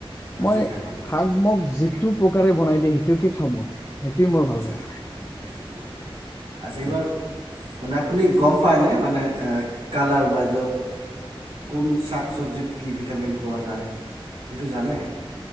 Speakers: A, on the right; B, on the left.
A: ভাজি
B: মই
A: খাই ভাল পায়
B: শাক মোক যিটো প্ৰকাৰে বনাই দিয় সেইটো কে খাওঁ মই। সেইটোৱে মোৰ
A: আচ্ছা,
B: ভাল লাগে
A: সেইটোৱে ভাল লাগে! আজি
B: হয়
A: এইবাৰ, মানে আপুনি গম পাইনে, মানে কালাৰ ৱাইজত কোন শাক চব্জিত কি ভিটামিন পোৱা যায়, সেইটো জানে?